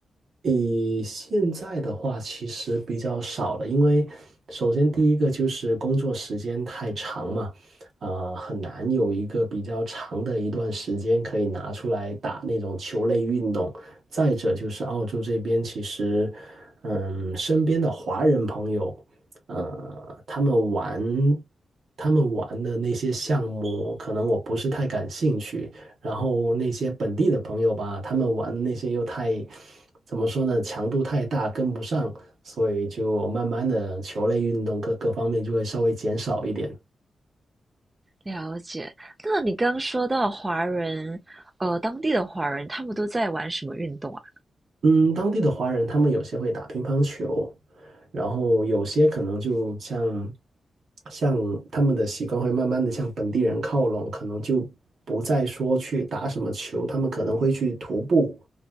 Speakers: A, on the right (about 75°); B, on the right (about 25°).
A: 以现在的话，其实比较少了，因为首先第一个就是工作时间太长嘛，啊、很难有一个比较长的一段时间可以拿出来打那种球类运动。再者就是澳洲这边，其实，嗯，身边的华人朋友，呃，他们玩他们玩的那些项目，可能我不是太感兴趣。然后那些本地的朋友吧，他们玩那些又太，怎么说呢，强度太大，跟不上，所以就慢慢的球类运动各各方面就会稍微减少一点。
B: 了解。那你刚刚说到华人，呃，当地的华人他们都在玩什么运动啊？
A: 嗯，当地的华人他们有些会打乒乓球，然后有些可能就像像他们的习惯会慢慢的向本地人靠拢，可能就不再说去打什么球，他们可能会去徒步，